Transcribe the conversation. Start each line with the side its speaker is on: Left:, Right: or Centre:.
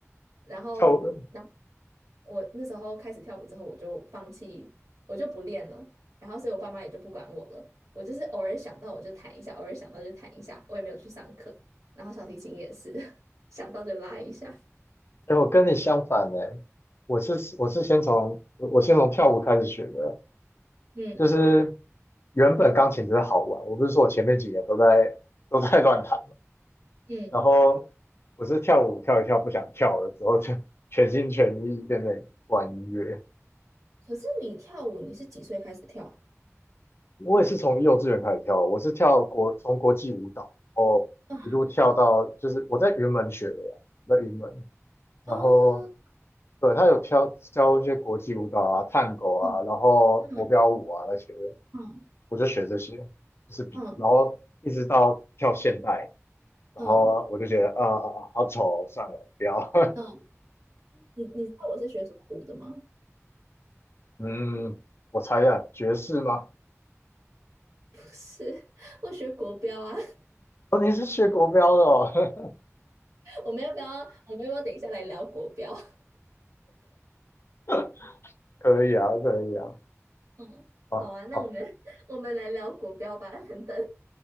Right: 然后，
Left: 跳舞，
Right: 然后我那时候开始跳舞之后，我就放弃，我就不练了。然后，所以我爸妈也就不管我了。我就是偶尔想到我就弹一下，偶尔想到就弹一下，我也没有去上课。然后小提琴也是 <laughs> 想到就拉一下。
Left: 哎，我跟你相反呢，我是我是先从我我先从跳舞开始学的，
Right: 嗯
Left: 就是原本钢琴只是好玩，我不是说我前面几年都在都在乱弹，
Right: 嗯，
Left: 然后我是跳舞跳一跳不想跳了之后，就 <laughs> 全心全意变成玩音乐。
Right: 可是你跳舞，你是几岁开始跳？
Left: 我也是从幼稚园开始跳，我是跳国从国际舞蹈，哦，
Right: 嗯，
Left: 一路跳到就是我在云门学的啦，我在云门，然后
Right: 哦
Left: 对他有跳教一些国际舞蹈啊、探戈啊，
Right: 嗯
Left: 然后国标舞啊那些的，
Right: 嗯嗯
Left: 我就学这些，就是比然后一直到跳现代，
Right: 嗯
Left: 然后我就觉得啊啊啊好丑哦，
Right: 嗯，
Left: 算了，不要，
Right: 嗯，你你知道我是学什么舞的吗？
Left: <laughs> 嗯。我猜一下，爵士吗？
Right: <laughs> 不是，我学国标啊。
Left: 哦，你是学国标的哦，
Right: <laughs> 我们要不要？我们要不要等一下来聊国标？
Left: <laughs> 可以啊，可以啊，
Right: <laughs> 嗯，
Left: 好，
Right: 好啊，那我们
Left: 好，
Right: <laughs> 我们来聊国标吧。等等，